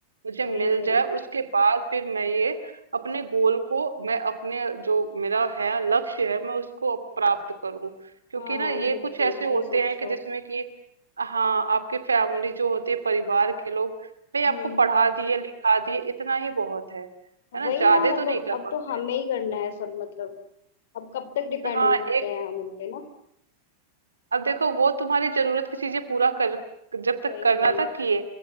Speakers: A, on the right; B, on the left.
A: मुझे
B: वही
A: मिल
B: वही
A: जाए उसके बाद फिर मैं ये अपने गोल को मैं अपने जो मेरा है लक्ष्य है मैं उसको प्राप्त करूँ क्योंकि
B: हाँ
A: ना ये
B: बिल्कुल
A: कुछ ऐसे होते
B: सही सोच
A: हैं कि
B: रहे
A: जिसमें
B: हो
A: कि हाँ आपकी फैमिली जो होती है परिवार के लोग भाई आपको
B: हम्म
A: पढ़ा दिए लिखा दिए इतना ही बहुत है
B: वही
A: है ना ज्यादा
B: ना मतलब
A: तो नहीं कर
B: अब
A: पाते
B: तो हमें
A: हैं
B: ही करना है सब मतलब अब कब तक डिपेंड
A: हाँ
B: हो सकते
A: एक
B: हैं हम उन पे ना
A: अब देखो वो तुम्हारी जरूरत की चीजें पूरा कर जब तक
B: वही
A: करना
B: वही
A: था किए